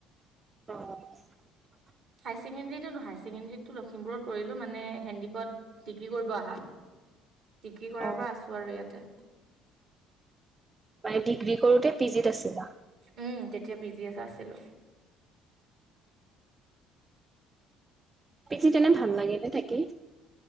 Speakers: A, on the right (about 30°); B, on the right (about 55°).
A: অহ।
B: হাই ছেকেণ্ডেৰীতটো নহয় হাই ছেকেণ্ডেীতটো লখিমপুৰত কৰিলো মানে হেন্দডিকত ডিগ্ৰী কৰিব আহ। ডিগ্ৰী কৰাৰ
A: অ
B: পৰা আছো আৰু ইয়াতে।
A: মানে ডিগ্ৰী কৰোতে পি জিত আছিলা।
B: উম তেতিয়া পি জি এছ আছিলো।
A: পি জি ত এনে ভাল
B: পি জি
A: লাগে নে থাকি।